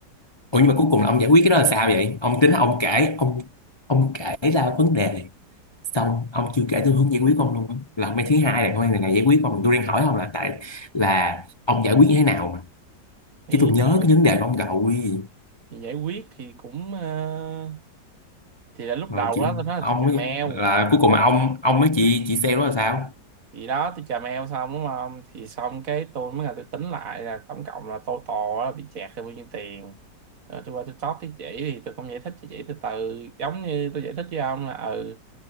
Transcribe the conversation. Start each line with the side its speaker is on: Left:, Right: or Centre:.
Left: ủa nhưng mà cuối cùng là ông giải quyết cái đó là sao vậy ông tính ông kể ông ông kể ra vấn đề xong ông chưa kể tôi hướng giải quyết ông luôn á là ông mấy thứ hai là ông này này giải quyết ông tôi đang hỏi ông là tại là ông giải quyết như thế nào mà
Right: thì,
Left: chứ tôi nhớ cái vấn đề của ông rồi
Right: thì giải quyết thì cũng ờ, thì là lúc
Left: Ờ,
Right: đầu
Left: chị
Right: đó tôi nói
Left: ông
Right: là tôi chà
Left: ấy
Right: mèo
Left: là cuối cùng mà ông ông với chị chị sale đó là sao
Right: thì đó tôi chà mèo xong đúng không thì xong cái tôi mới là tôi tính lại là tổng cộng là total là bị chẹt là bao nhiêu tiền rồi tôi qua tôi talk với chị thì tôi cũng giải thích cho chị từ từ giống như tôi giải thích với ông là ừ